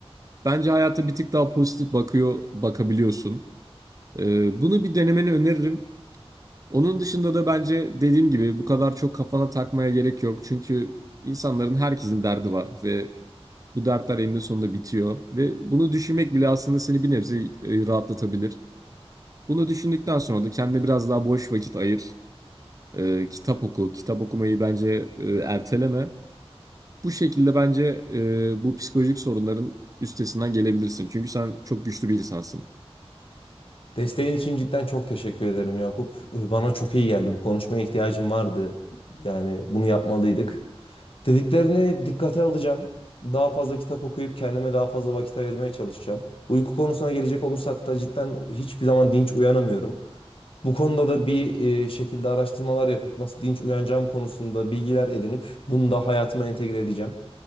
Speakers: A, on the right; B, on the left.
A: bence hayata bir tık daha pozitif bakıyor, bakabiliyorsun. Ee, bunu bir denemeni öneririm. Onun dışında da bence dediğim gibi bu kadar çok kafana takmaya gerek yok. Çünkü insanların herkesin derdi var ve bu dertler eninde sonunda bitiyor. Ve bunu düşünmek bile aslında seni bir nebze e, rahatlatabilir. Bunu düşündükten sonra da kendine biraz daha boş vakit ayır. Ee, kitap oku. Kitap okumayı bence e, erteleme. Bu şekilde bence e, bu psikolojik sorunların üstesinden gelebilirsin. Çünkü sen çok güçlü bir insansın.
B: Desteğin için cidden çok teşekkür ederim Yakup. Ee, Bana çok iyi geldi. Bu konuşmaya ihtiyacım vardı. Yani bunu yapmalıydık. Dediklerini dikkate alacağım. Daha fazla kitap okuyup kendime daha fazla vakit ayırmaya çalışacağım. Uyku konusuna gelecek olursak da cidden hiçbir zaman dinç uyanamıyorum. Bu konuda da bir e, şekilde araştırmalar yapıp nasıl dinç uyanacağım konusunda bilgiler edinip bunu da hayatıma entegre edeceğim.